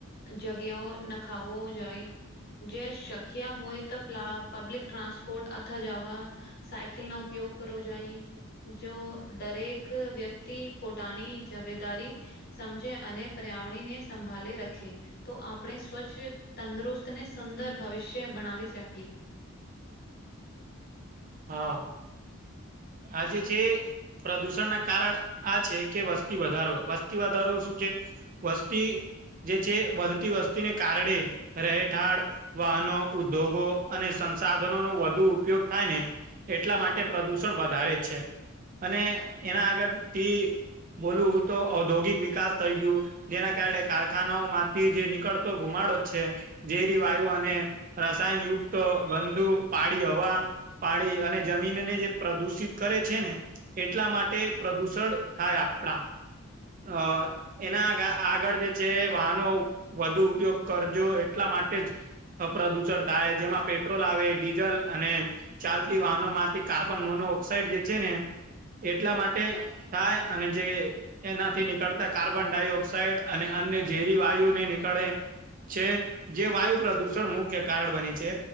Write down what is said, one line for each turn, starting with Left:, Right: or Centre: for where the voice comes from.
Left: જગ્યાઓ નખાવો જોઈ જે શક્ય હોય તો પ્લા પબલિક ટ્રાસપોર્ટ અથ જાવા સાયકલનો ઉપયોગ કરવો જોઈ જો દરેક ક વ્યક્તિ પોટાની જવેદારી સમજે અને પર્યાવરણીને સંભાલે રખે તો આપણે સ્વચ્છ તંદુરસ્તને સુંદર ભવિષ્ય બનાવી શકી
Right: હા આજે છે. પ્રદુષણના કારણ આ છે, કે વસ્તી વધારો વસ્તી વધારો શું છે. વસ્તી જે છે, વધતી વસ્તીને કારડે રહેઠાળ વાહનો ઉદ્યોગો અને સંસાધનોનો વધુ ઉપયોગ થાય ને એટલા માટે પ્રદુષણ વધારે જ છે અને એના આગળથી બોલું હું તો ઔદ્યોગિક વિકાસ થઇ ગયું. જેના કારણે કારખાનાઓ માંથી જે નીકળતો ધુમાડો છે. ઝેરી વાયુ અને રસાયણયુક્ત ગંદુ પાડી હવા પાણી અને જમીનને જે પ્રદુષિત કરે છે, ને એટલા માટે પ્રદુષણ થાય આપડા અ એના આગળ જે છે, વાહનો વધુ ઉપયોગ કરજો એટલા માટે જ અ પ્રદૂષણ થાય જેમાં પેટ્રોલ આવે ડીઝલ અને ચાલતી વાહનો માંથી કાર્બન મોનો ઓક્સાઈડ જે છે ને એટલા માટે થાય અને જે એનાથી નીકળતા કાર્બન ડાયોક્સાઇડ અને અન્ય ઝેરી વાયુ ને નીકળે છે જે વાયુ પ્રદુષણ મુખ્ય કારણ બની છે